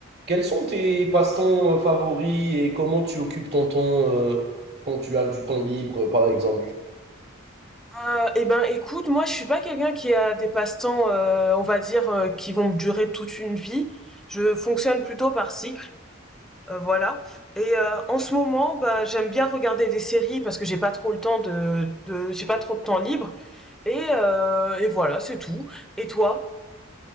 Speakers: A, on the right; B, in the centre.
A: Quels sont tes passe-temps euh, favoris et comment tu occupes ton temps, heu, quand tu as du temps libre, par exemple?
B: Euh, eh ben, écoute, moi, je suis pas quelqu'un qui a des passe-temps, euh, on va dire, euh, qui vont me durer toute une vie. Je fonctionne plutôt par cycle, euh, voilà. Et euh, en ce moment, bah, j'aime bien regarder des séries parce que j'ai pas trop le temps de, de, j'ai pas trop de temps libre. Et euh, et voilà, c'est tout. Et toi?